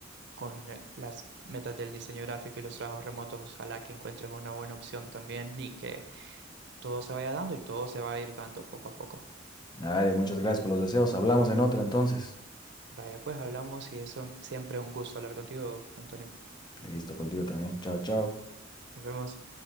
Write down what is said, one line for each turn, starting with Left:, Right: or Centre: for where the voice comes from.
Right: con eh, las metas del diseño gráfico y los trabajos remotos, ojalá que encuentres una buena opción también y que todo se vaya dando y todo se va a ir dando poco a poco.
Left: Dale, muchas gracias por los deseos. Hablamos en otra entonces.
Right: Vaya, pues hablamos y eso siempre un gusto hablar contigo, Antonio.
Left: Listo contigo también. Chao, chao.
Right: Nos vemos.